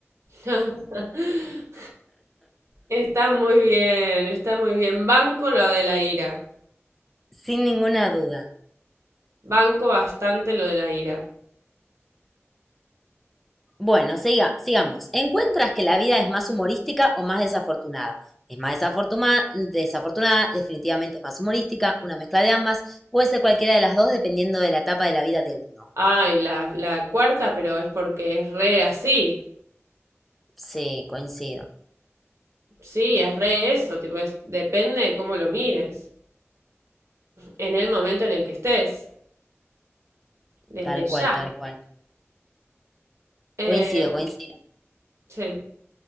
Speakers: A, on the right (about 75°); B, in the centre.
A: <laughs> Está muy bien, está muy bien. Banco lo de la ira.
B: sin ninguna duda.
A: Banco bastante lo de la ira.
B: Bueno, siga- sigamos. ¿Encuentras que la vida es más humorística o más desafortunada? Es más desafortuna- desafortunada, definitivamente es más humorística, una mezcla de ambas, puede ser cualquiera de las dos dependiendo de la etapa de la vida de uno.
A: Ay, la, la cuarta, pero es porque es re así.
B: Sí, coincido,
A: Sí, es re eso, tipo, es, depende de cómo lo mires, en el momento en el que estés, desde
B: tal
A: ya.
B: cual, tal cual.
A: Eh,
B: Coincido, coincido.
A: sí.